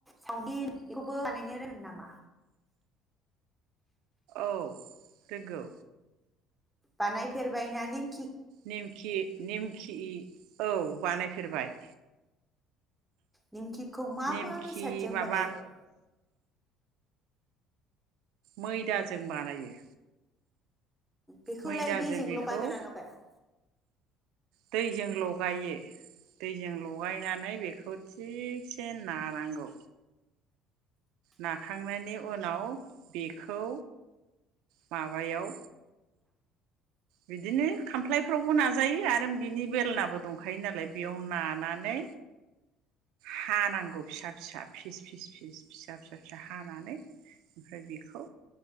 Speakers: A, in the centre; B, on the right.
A: सावमिन बेखौबो बानायनो रोङो नामा?
B: औ रोंगौ।
A: बानाय फेरबाय नानि
B: नेमखि नेमखि औ बानायफेरबाय।
A: निमखिखौ मा
B: निमखि
A: मा बेसादजों
B: माबा
A: बानायो?
B: मैदाजों बानायो।
A: बेखौलाय
B: मैदाजों
A: दैजों
B: बेखौ
A: लगायगोन ना लगाया?
B: दैजों लगायो दैजों लगायनानै बेखौ थिगसे नानांगौ ना खांनायनि उनाव बेखौ माबायाव बिदिनो खामफ्लायफ्रावबो नाजायो आरो बिनि बेलनाबो दंखायो नालाय बेयाव नानानै हानांगौ फिसा फिसा फिस फिस फिस फिसा फिसा फिसा हानानै ओमफ्राय बेखौ